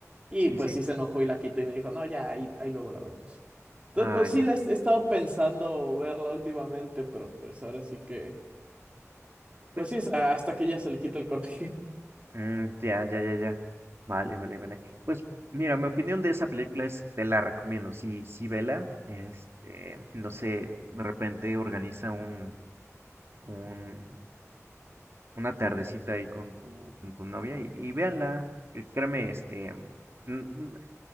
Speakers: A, on the right; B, on the right.
A: Y
B: sí,
A: pues
B: sí.
A: sí se enojó y la quitó y me dijo, no, ya, ahí, ahí luego la vemos. Entonces,
B: Ah,
A: pues sí,
B: no.
A: la he, he estado pensando verla últimamente, pero pues ahora sí que,
B: Pues,
A: pues sí, es hasta que ya se le quita el corte. <laughs>
B: mm, ya, ya, ya, ya. Vale, vale, vale. Pues, mira, mi opinión de esa película es, te la recomiendo. Sí, sí, vela. Este, no sé, de repente organiza un, un, una tardecita ahí con tu, con tu novia y, y véanla. que Créeme, este, n-